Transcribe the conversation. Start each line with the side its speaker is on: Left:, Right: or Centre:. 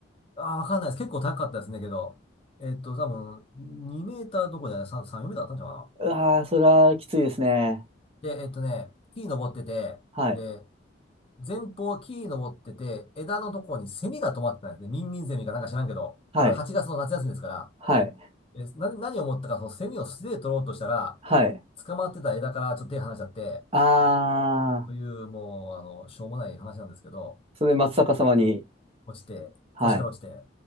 Left: あー、わかんないです。結構高かったですね、けど。えっと、多分、2メーターどころじゃない、3、4メーターあったんじゃなかな。
Right: あー、それはきついですね。
Left: で、えっとね、木に登ってて、
Right: はい。
Left: で、前方木に登ってて、枝のところにセミが止まってたんですね。ミンミンセミかなんか知らんけど、
Right: はい。
Left: まだ8月の夏休みですから。
Right: はい。
Left: え、何、何を思ったか、そのセミを素手で取ろうとしたら、
Right: はい。
Left: 捕まってた枝からちょっと手離しちゃって、
Right: あー。
Left: という、もう、あの、しょうもない話なんですけど、
Right: それで松坂様に、
Left: 落ちて、
Right: はい。
Left: 腰から落ちて。